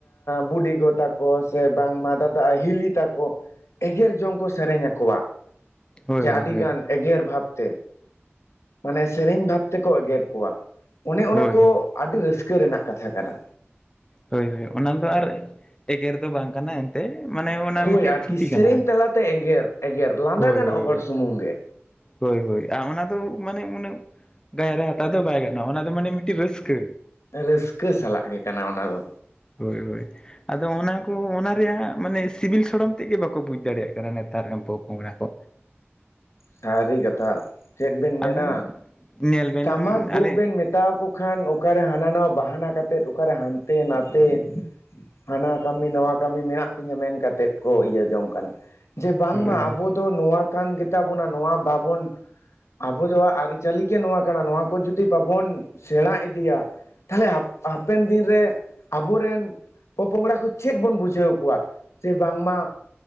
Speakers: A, on the left; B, on the left.
A: ᱵᱩᱰᱤᱜᱚ ᱛᱟᱠᱚ, ᱥᱮ ᱵᱟᱝᱢᱟ ᱫᱟᱫᱟ ᱦᱤᱞᱤ ᱛᱟᱠᱚ᱾ ᱮᱜᱮᱨ ᱡᱚᱝ ᱠᱚ ᱥᱮᱨᱮᱧ ᱟᱠᱚᱣᱟ
B: ᱦᱳᱭ
A: ᱡᱮ
B: ᱦᱳᱭ
A: ᱟᱹᱰᱤᱜᱟᱱ ᱮᱜᱮᱨ ᱵᱷᱟᱵ ᱛᱮ᱾ ᱢᱟᱱᱮ ᱥᱮᱨᱮᱧ ᱵᱷᱟᱵᱽ ᱛᱮᱠᱚ ᱮᱜᱮᱨ ᱠᱚᱣᱟ, ᱚᱱᱮ ᱚᱱᱟ
B: ᱦᱳᱭ
A: ᱠᱚ
B: ᱦᱳᱭ
A: ᱟᱹᱰᱤ ᱨᱟᱹᱥᱠᱟᱹ ᱨᱮᱱᱟᱜ ᱠᱟᱛᱷᱟ ᱠᱟᱱᱟ᱾
B: ᱦᱳᱭ ᱦᱳ ᱚᱱᱟ ᱫᱚ ᱟᱨ ᱮᱜᱮᱨ ᱫᱚ ᱵᱟᱝ ᱠᱟᱱᱟ᱾ ᱢᱟᱱᱮ ᱚᱱᱟ
A: ᱦᱳᱭ
B: ᱢᱤᱫᱴᱮᱱ
A: ᱟᱨᱠᱤ
B: ᱛᱷᱩᱛᱤ
A: ᱥᱮᱨᱮᱧ
B: ᱠᱟᱱᱟ᱾
A: ᱛᱟᱞᱟᱛᱮ ᱮᱜᱮᱨ ᱮᱜᱮᱨ ᱞᱟᱸᱫᱟ
B: ᱦᱳᱭ
A: ᱜᱟᱱᱚᱜ
B: ᱦᱳᱭ᱾
A: ᱦᱚᱲ ᱥᱩᱢᱩᱝ ᱜᱮ
B: ᱦᱳᱭ ᱦᱳᱭ ᱚᱱᱟ ᱫᱚ ᱢᱟᱱᱮ ᱩᱱᱟᱹᱜ ᱜᱟᱭ ᱨᱮ ᱦᱟᱛᱟᱣ ᱫᱚ ᱵᱟᱭ ᱜᱟᱱᱚᱜᱼᱟ᱾ ᱚᱱᱟ ᱫᱚ ᱢᱟᱱᱮ ᱢᱤᱫᱴᱤᱡ ᱨᱟᱹᱥᱠᱟᱹ᱾
A: ᱨᱟᱹᱥᱠᱟᱹ ᱥᱟᱞᱟᱜ ᱜᱮ ᱠᱟᱱᱟ ᱚᱱᱟ ᱫᱚ᱾
B: ᱦᱳᱭ ᱦᱳᱭ, ᱟᱫᱚ ᱚᱱᱟ ᱠᱚ ᱚᱱᱟ ᱨᱮᱭᱟᱜ ᱢᱟᱱᱮ ᱥᱤᱵᱤᱞ ᱥᱚᱲᱚᱢ ᱛᱮᱜᱼᱮ ᱵᱟᱠᱚ ᱵᱩᱡᱽ ᱫᱟᱲᱮᱭᱟᱜ ᱠᱟᱱᱟ ᱱᱮᱛᱟᱨ ᱨᱮᱱ ᱯᱚᱼ ᱯᱚᱝᱲᱟ ᱠᱚ᱾
A: ᱥᱟᱹᱨᱤ ᱠᱟᱛᱷᱟ, ᱪᱮᱫ ᱵᱮᱱ
B: ᱟᱹᱵᱤᱱ
A: ᱢᱮᱱᱟ
B: ᱧᱮᱞ ᱵᱮᱱ
A: ᱴᱟᱢᱟᱠ ᱜᱚᱜ
B: ᱟᱞᱮ
A: ᱵᱮᱱ ᱢᱮᱛ ᱦᱟᱛᱟᱣᱠᱚ ᱠᱷᱟᱱ ᱚᱠᱟᱨᱮ ᱦᱟᱱᱟ ᱱᱟᱭᱟ ᱵᱟᱦᱟᱱᱟ ᱠᱟᱛᱮᱫ ᱚᱠᱟᱨᱮ ᱦᱟᱱᱛᱮ ᱱᱟᱛᱮ ᱦᱟᱱᱟ ᱠᱟᱹᱢᱤ ᱱᱳᱭᱟ ᱠᱟᱹᱢᱤ ᱢᱮᱱᱟᱜ ᱛᱤᱧᱟᱹ ᱢᱮᱱᱠᱟᱛᱮᱫ ᱠᱚ ᱤᱭᱟᱹ ᱡᱚᱝ ᱠᱟᱱᱟ᱾ ᱡᱮ ᱵᱟᱝᱢᱟ
B: ᱦᱳᱭ ᱦᱳᱭ
A: ᱟᱵᱚ ᱫᱚ ᱱᱚᱣᱟ ᱠᱟᱱ ᱜᱮᱛᱟ ᱵᱚᱱᱟ ᱱᱚᱣᱟ ᱵᱟᱵᱚᱱ ᱟᱵᱚ ᱡ ᱟᱹᱨᱤᱪᱟᱹᱞᱤ ᱜᱮ ᱱᱚᱣᱟ ᱠᱟᱱᱟ ᱱᱚᱣᱟ ᱠᱚ ᱡᱩᱫᱤ ᱵᱟᱵᱚᱱ ᱥᱮᱬᱟ ᱤᱫᱤᱭᱟ᱾ ᱛᱟᱦᱚᱞᱮ ᱦᱟᱯᱮᱱ ᱫᱤᱱᱨᱮ ᱟᱵᱚᱨᱮᱱ ᱯᱚᱼᱯᱚᱝᱲᱟ ᱠᱚ ᱪᱮᱫ ᱵᱚᱱ ᱵᱩᱡᱷᱟᱹᱣ ᱠᱚᱣᱟ, ᱡᱮ ᱵᱟᱝᱢᱟ